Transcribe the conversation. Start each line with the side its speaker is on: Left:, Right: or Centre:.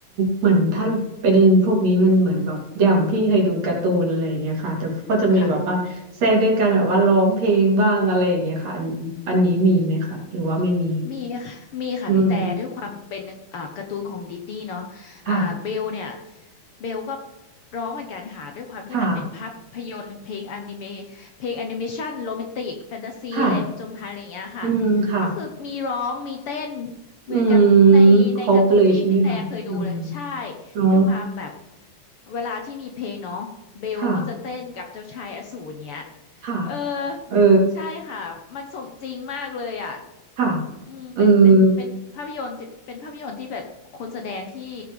Right: เหมือนถ้าเป็นพวกนี้มันเหมือนแบบอย่างพี่เคยดูการ์ตูนอะไรอย่างเงี้ยค่ะแต่ก็จะมีแบบว่าแทรกด้วยการแบบว่าร้องเพลงบ้างอะไรอย่างเงี้ยค่ะอันอันนี้มีไหมคะหรือว่าไม่มี
Left: ค่ะ มีค่ะมีค่ะพี่แต่ด้วยความเป็นอ่าการ์ตูนของดิสนีย์เนาะ
Right: อืมค่ะ
Left: อ่าเบลเนี่ยเบลก็ร้องเหมือนกันค่ะด้วยความที่มันเป็นภาพยนตร์เพลงอนิเมะเพลงแอนิเมชันโรแมนติกแฟนตาซีอะไรผจญภัยอะไรอย่างเงี้ยค่ะ
Right: ค่ะค่ะอืมค่ะ
Left: ก็คือมีร้องมีเต้นเหมือนกับในในการ์ตูนที่พี่แต่เคยดูเลยใช่
Right: อืมครบเลยใช่ไหมคะอืมอ๋อ
Left: ด้วยความแบบเวลาที่มีเพลงเนาะเบลก็จะเต้นกับเจ้าชายอสูรเนี้ย
Right: ค่ะค่ะ
Left: เออ
Right: เออ
Left: ใช่ค่ะมันสมจริงมากเลยอ่ะ
Right: ค่ะ
Left: อืมเป็นเป็นเป็นภาพยนตร์ที่เป็นภาพยนตร์ที่แบบคนแสดงที่
Right: เออ